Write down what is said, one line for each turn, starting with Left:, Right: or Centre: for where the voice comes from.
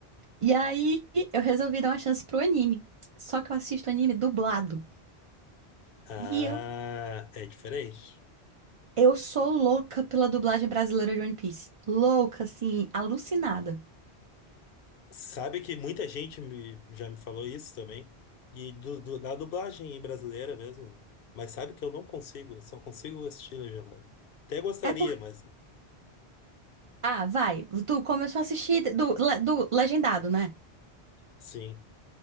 Right: E aí eu resolvi dar uma chance pro anime. Só que eu assisto anime dublado.
Left: Ah,
Right: E eu,
Left: é diferente.
Right: eu sou louca pela dublagem brasileira de One Piece. Louca, assim, alucinada.
Left: Sabe que muita gente me, já me falou isso também. E do, do- da dublagem brasileira mesmo. Mas sabe que eu não consigo, só consigo assistir legendado. Até gostaria,
Right: É porque.
Left: mas
Right: Ah, vai. Tu começou a assistir do, le- do legendado, né?
Left: sim.